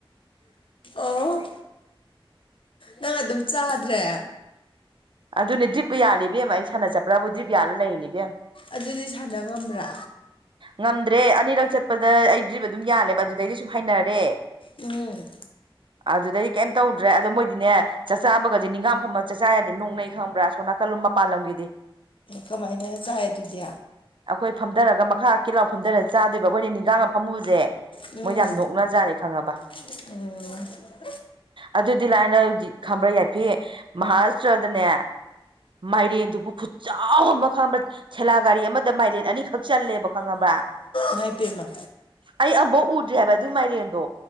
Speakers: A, on the left; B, on the right.
A: ꯑꯣ ꯅꯪ ꯑꯗꯨꯝ ꯆꯥꯗ꯭ꯔꯦ
B: ꯑꯗꯨꯅꯦ ꯗ꯭ꯔꯤꯞꯨ ꯌꯥꯜꯂꯤꯦꯕꯦꯝ ꯑꯩ ꯁꯥꯟꯅ ꯆꯠꯄꯥꯕꯨ ꯗ꯭ꯔꯤꯞ ꯌꯥꯜꯂ ꯂꯩꯌꯦꯅꯦꯕꯦꯝ
A: ꯑꯗꯨꯗꯤ ꯁꯥꯟꯅ ꯉꯝꯕ꯭ꯔꯥ
B: ꯉꯝꯗ꯭ꯔꯦ ꯑꯅꯤꯔꯛ ꯆꯠꯄꯗ ꯑꯩꯗ꯭ꯔꯤꯕ ꯑꯗꯨꯝ ꯌꯥꯜꯂꯦꯕ ꯑꯗꯨꯗꯩꯗꯤ ꯁꯨꯝ ꯍꯩꯅꯔꯦ
A: ꯎꯝ
B: ꯑꯗꯨꯗꯩꯗꯤ ꯀꯩꯝ ꯇꯧꯗ꯭ꯔꯦ ꯑꯗꯣ ꯃꯣꯏꯗꯤꯅꯦ ꯆꯥꯛꯆꯥꯥꯕꯒꯗꯤ ꯅꯤꯡꯒꯥꯝꯐꯝꯝꯃꯒ ꯆꯥꯛ ꯆ ꯌꯥꯗꯗꯤ ꯅꯣꯛꯅꯩ ꯈꯪꯕ꯭ꯔꯥ ꯁꯣ ꯅꯥꯀꯜꯂꯨꯝ ꯃꯄꯥꯟ ꯂꯝꯒꯤꯗꯤ
A: ꯀꯃꯥꯏꯅ ꯆꯥꯏ ꯑꯗꯨꯗꯤ
B: ꯑꯩꯈꯣꯏ ꯐꯝꯊꯔꯒ ꯃꯈꯥ ꯀꯀꯤ ꯂꯥꯎ ꯐꯝꯊꯔꯒ ꯆꯥꯗꯣꯏꯕ ꯑꯩꯈꯣꯏꯅ ꯅꯤꯡꯒꯥꯥꯡꯅ ꯐꯝꯃꯨꯁꯦ
A: ꯎꯝ
B: ꯃꯣꯏ ꯌꯥꯝ ꯅꯣꯛꯅꯖꯥꯠꯅꯤ ꯈꯪꯉꯕ
A: ꯎꯝ
B: ꯑꯗꯨꯗꯤ ꯂꯥꯏꯅ ꯈꯝꯕ꯭ꯔꯥ ꯌꯥꯏꯐ ꯃꯍꯥꯔꯥꯁꯇ꯭ꯔꯗꯅꯦ ꯃꯥꯏꯔꯦꯟꯗꯨꯕꯨ ꯈꯨꯠꯆꯥꯎꯃ ꯈꯕ ꯊꯦꯂꯥ ꯒꯥꯔꯤ ꯑꯃꯗ ꯃꯥꯏꯔꯦꯟ ꯑꯅꯤꯈꯛ ꯆꯜꯂꯦꯕ ꯈꯪꯉꯕ
A: ꯃꯥꯏ ꯄꯅ
B: ꯑꯩ ꯑꯃꯐꯧ ꯎꯗ꯭ꯔꯤ ꯍꯥꯏꯕ ꯑꯗꯨꯏ ꯃꯥꯏꯔꯦꯟꯗꯣ